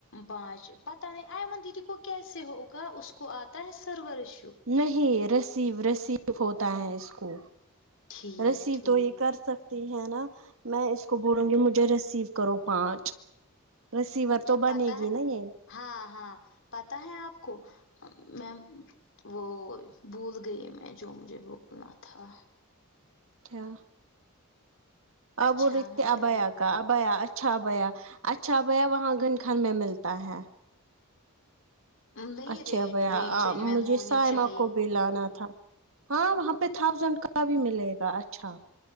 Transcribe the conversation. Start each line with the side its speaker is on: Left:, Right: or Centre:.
Left: پانچ پتا نہیں آئمن دیدی کو کیسے ہوگا اس کو آتا ہے سرور ایشو
Right: نہیں رسیو رسیو ہوتا ہے اس کو
Left: ٹھیک
Right: ریسیو
Left: ٹھیک
Right: تو یہ کر سکتی ہے نا میں اس کو بولوں گی مجھے ریسیو کرو پانچ ریسیور تو بنے
Left: پتہ
Right: گی
Left: ہے
Right: نا یہ
Left: ہاں ہاں پتا ہے آپ کو میں وہ بھول گئی میں جو مجھے بولنا تھا
Right: کیا آپ
Left: اچھا
Right: بول رہی
Left: میں
Right: تھی
Left: کیا
Right: ابیا
Left: بول
Right: ابیا اچھا ابیا اچھا ا بھیا وہاں گن خن میں ملتا ہے
Left: نہیں
Right: اچھا
Left: ریٹ
Right: ابیا
Left: بھی جینون
Right: مجھے
Left: ہونی
Right: سائمہ
Left: چاہیے
Right: کو بھی لانا تھا ہاں وہاں پہ تھاؤزینڈ کا بھی ملے گا اچھا